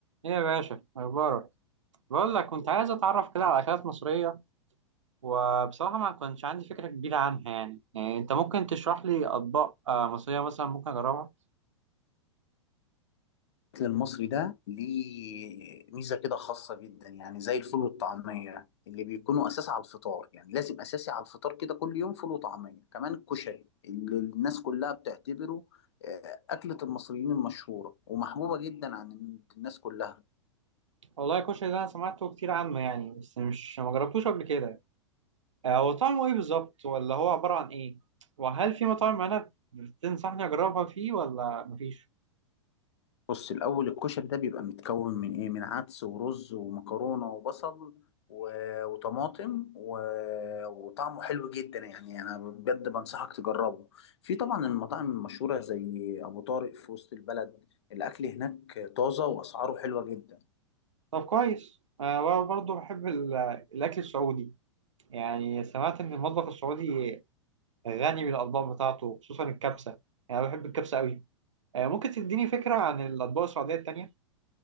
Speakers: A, on the right; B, on the left.
A: ايه يا باشا اخبارك بقول لك كنت عايز اتعرف كده على اكلات مصريه وبصراحه ما كنتش عندي فكره كبيره عنها يعني, يعني انت ممكن تشرح لي اطباق آه، مصريه مثلا ممكن اجربها
B: الأكل المصري ده ليه ميزة كده خاصة جدا يعني زي الفول والطعمية اللي بيكونوا أساس على الفطار يعني لازم أساسي على الفطار كده كل يوم فول وطعمية كمان الكشري اللي الناس كلها بتعتبره آه، أكلة المصريين المشهورة ومحبوبة جدا عن الناس كلها
A: والله الكشري ده انا سمعته كتير عنه يعني بس مش ما جربتوش قبل كده آه، هو طعمه ايه بالظبط ولا هو عباره عن ايه وهل في مطاعم انا تنصحني اجربها فيه ولا مفيش
B: بص الأول الكشري ده بيبقى متكون من إيه؟ من عدس ورز ومكرونة وبصل و... وطماطم و... وطعمه حلو جدا يعني أنا بجد بنصحك تجربه. في طبعا المطاعم المشهورة زي أبو طارق في وسط البلد الأكل هناك طازة وأسعاره حلوة جدا.
A: طب كويس انا برضه بحب ال- الاكل السعودي يعني سمعت ان المطبخ السعودي غني بالاطباق بتاعته خصوصا الكبسه يعني انا بحب الكبسه قوي آه، ممكن تديني فكره عن الاطباق السعوديه التانيه